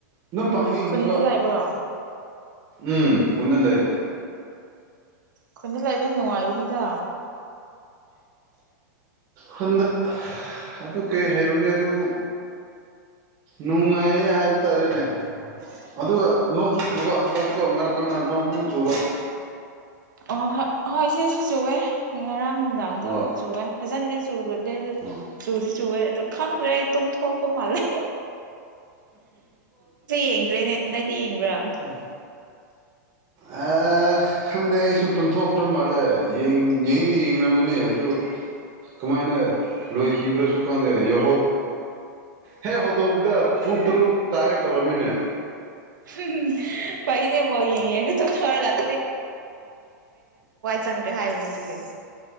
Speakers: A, on the right; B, on the right.
A: ꯑꯗꯨꯝ ꯄ ꯍ
B: ꯈꯨꯟꯗ
A: ꯍꯤꯡꯕ
B: ꯂꯩꯕ꯭ꯔꯣ
A: ꯎꯝ ꯍꯅ ꯂꯩꯦ
B: ꯑꯩꯟꯗ ꯂꯥꯛꯏꯕ ꯅꯨꯡꯉꯥꯏꯕꯅꯤꯗ
A: ꯍꯟꯗꯛ ꯑꯗꯨ ꯀꯩ ꯍꯩꯔꯨꯅꯦ ꯑꯗꯨ ꯅꯨꯡꯉꯥꯏꯌꯦ ꯍꯥꯏꯕ ꯇꯥꯔꯦꯅꯦ ꯑꯗꯨꯒ ꯅꯣꯡꯁꯨ ꯆꯨꯕ ꯍꯟꯗꯛꯁꯤꯀꯣ ꯉꯔꯥꯡ ꯅꯣꯡ ꯃꯨꯡ ꯆꯕ
B: ꯑꯣ ꯍ ꯍꯣꯏ ꯁꯤ ꯁꯤ ꯆꯋꯦ ꯉꯔꯥꯡ ꯅꯨꯡꯗꯥꯡꯗꯣ
A: ꯑꯣ
B: ꯆꯨꯋꯦ ꯐꯖꯅꯗꯤ ꯆꯨꯗꯣꯗꯦ ꯑꯗꯨ
A: ꯑꯣ
B: ꯆꯨꯗꯤ ꯆꯨꯋꯦ ꯑꯗ ꯈꯪꯗ꯭ꯔ ꯑꯩ ꯇꯝ ꯊꯒ ꯃꯥꯂꯦ ꯌꯦꯡꯗ꯭ꯔꯦꯅꯦ ꯅꯣꯏꯗꯤ ꯌꯦꯡꯕ꯭ꯔꯥ
A: ꯎꯝ ꯑꯦ ꯈꯪꯗꯦ ꯑꯩꯁꯨ ꯇꯨꯝꯊꯣꯛꯈ꯭ꯔ ꯃꯥꯜꯂꯦꯡꯗ ꯌꯦꯡꯝꯕꯅꯤ ꯑꯗꯨ ꯀꯃꯥꯏꯅ ꯂꯣꯏꯈꯤꯕ꯭ꯔꯁꯨ ꯈꯪꯗꯦ ꯌꯦꯍꯧ ꯍꯦ ꯍꯧꯗꯧꯕꯗ ꯄꯨꯡ ꯇꯔꯨꯛ ꯇꯥꯒꯦ ꯇꯧꯔꯝꯃꯤꯅꯦ
B: ꯎꯝ ꯄꯩꯅꯦꯦ ꯄꯦ ꯌꯦ ꯇꯣꯅ ꯋꯥꯔꯒ ꯆꯪꯗ꯭ꯔꯦ ꯍꯥꯏꯕꯅꯤ ꯑꯗꯨꯗꯤ